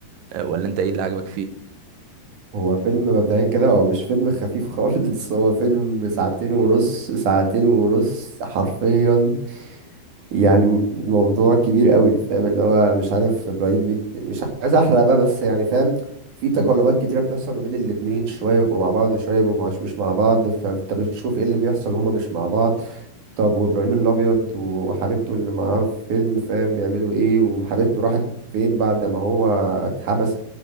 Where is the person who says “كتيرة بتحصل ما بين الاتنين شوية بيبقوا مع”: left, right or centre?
Right